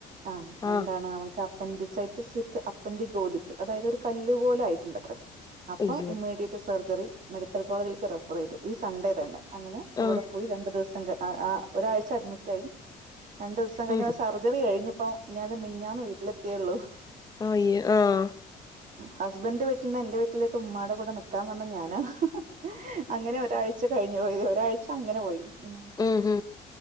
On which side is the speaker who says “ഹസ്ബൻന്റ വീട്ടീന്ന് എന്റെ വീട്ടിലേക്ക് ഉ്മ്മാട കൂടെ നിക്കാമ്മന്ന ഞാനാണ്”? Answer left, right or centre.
Right